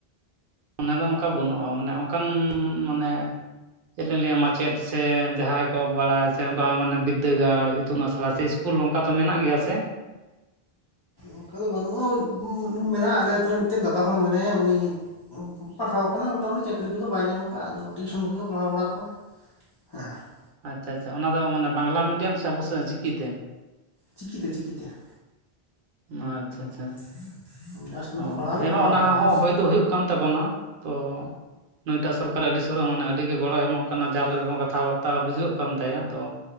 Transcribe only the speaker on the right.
ᱚᱱᱟ ᱫᱚ ᱚᱱᱠᱟ ᱵᱟᱹᱱᱩᱜᱼᱟ ᱢᱟᱱᱮ ᱚᱱᱠᱟᱱ ᱢᱟᱱᱮ ᱪᱮᱫ ᱞᱤᱧ ᱞᱟᱹᱭᱟ ᱢᱟ ᱪᱮᱫ ᱥᱮ ᱡᱟᱦᱟᱸᱭ ᱠᱚ ᱵᱟᱲᱟᱭ ᱥᱮ ᱚᱱᱠᱟ ᱢᱟᱱᱮ ᱵᱤᱫᱽᱫᱟᱹᱜᱟᱲ ᱤᱛᱩᱱ ᱟᱥᱲᱟ ᱥᱮ ᱾ ᱥᱠᱩᱞ ᱠᱚᱝᱠᱟ ᱛᱚ ᱢᱮᱱᱟᱜ ᱜᱮᱸᱭᱟ ᱥᱮ ᱾
ᱟᱪᱷᱟ ᱟᱪᱷᱟ, ᱚᱱᱟ ᱫᱚ ᱢᱟᱱᱮ ᱵᱟᱝᱞᱟ ᱢᱤᱰᱤᱭᱚᱢ ᱥᱮ ᱟᱵᱚ ᱥᱮᱫ ᱪᱤᱠᱤ ᱛᱮ?
ᱟᱪᱷᱟ ᱟᱪᱷᱟ ᱾
ᱚ
ᱦᱮᱸᱢᱟ
ᱚᱱᱟ
ᱦᱚᱸ
ᱦᱩᱭ ᱫᱚ ᱦᱩᱭᱩᱜ ᱠᱟᱱ ᱛᱟᱵᱚᱱᱟ ᱛᱚ ᱾ ᱱᱩᱭᱴᱟᱜ ᱥᱚᱨᱠᱟᱨ ᱟᱹᱰᱤ ᱥᱟᱹᱨᱟ ᱢᱟᱱᱮ ᱟᱹᱰᱤ ᱜᱮ ᱜᱚᱲᱚ ᱮᱢᱚᱜ ᱠᱟᱱᱟ ᱡᱮ ᱞᱮᱠᱟ ᱠᱟᱛᱷᱟ ᱵᱟᱛᱟᱣ ᱵᱩᱡᱷᱟᱹᱜ ᱠᱟᱱ ᱛᱟᱭᱟ ᱾ ᱛᱚ